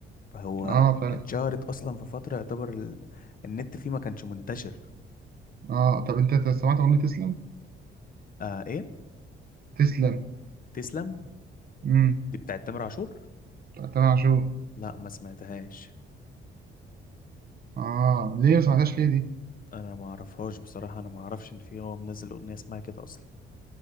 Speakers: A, on the left; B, on the right.
A: فهو
B: آه، فعلا
A: اتشهرت اصلا في فتره يعتبر ال... النت فيه ما كانش منتشر
B: اه طب انت سمعت أغنية تسلم؟
A: آه ايه
B: تسلم
A: تسلم
B: امم
A: دي بتاعت تامر عاشور
B: بتاعت تامر عاشور
A: لا ما سمعتهاش
B: اه ليه ما سمعتهاش ليه دي؟
A: انا ما اعرفهاش بصراحه انا ما اعرفش ان في هو منزل اغنيه اسمها كده اصلا